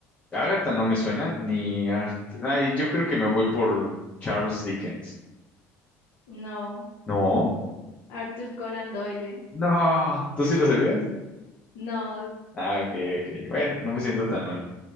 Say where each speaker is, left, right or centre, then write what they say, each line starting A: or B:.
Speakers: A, on the left; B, on the left.
A: Agatha no me suena, ni Art. Ay, yo creo que me voy por Charles Dickens.
B: No.
A: No,
B: Arthur Conan Doyle.
A: no, ¿tú
B: <laughs>
A: sí lo sabías?
B: No,
A: Ah, ok, ok. Bueno, no me siento tan mal.